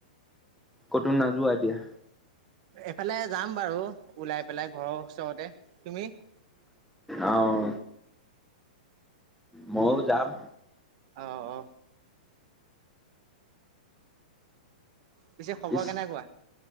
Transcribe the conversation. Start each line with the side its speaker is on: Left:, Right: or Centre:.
Centre: কতো নাযোৱা এতিয়া।
Right: এফালে যাম বাৰু ওলাই পেলাই ঘৰৰ ওচৰতে তুমি
Centre: আহ। ময়ো যাম
Right: আহ অ। পিছে খবৰ
Centre: পিছ
Right: কেনেকুৱা?